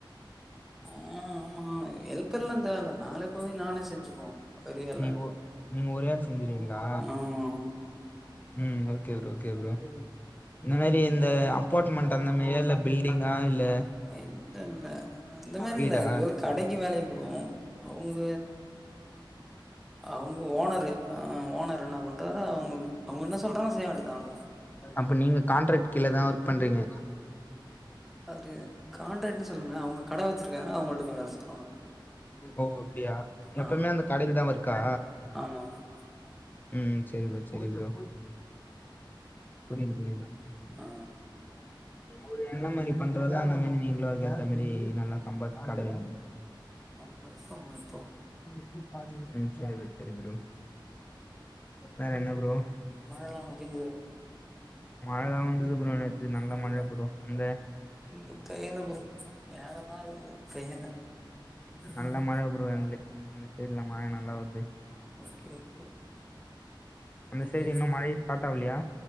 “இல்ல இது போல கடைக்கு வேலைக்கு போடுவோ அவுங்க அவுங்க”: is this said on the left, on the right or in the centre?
Centre